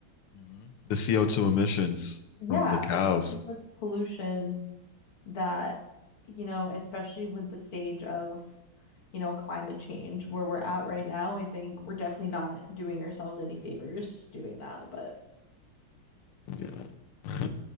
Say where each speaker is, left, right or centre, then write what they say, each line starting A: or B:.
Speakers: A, on the left; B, on the left.
A: Mm-hmm. The CO2
B: pollu-
A: emissions
B: yeah,
A: from the cows.
B: like so much pollution that, you know, especially with the stage of, you know, climate change where we're at right now, I think we're definitely not doing ourselves any favors doing that. But
A: Yeah. <laughs>